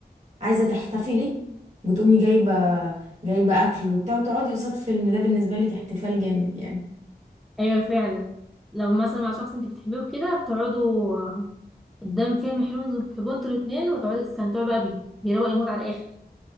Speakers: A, on the right; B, in the centre.
A: عايزه تحتفلي بتقومي جايبه جايبه اكل وبتاع وتقعدي قصاد فيلم ده بالنسبه لك احتفال جامد يعني
B: ايوه فعلا لو مثلا مع شخص انت بتحبيه وكده بتقعدوا قدام فيلم حلو بتحبوه انتوا الاتنين وتقعدوا تستمتعوا بقى بيه بيروق المود على الاخر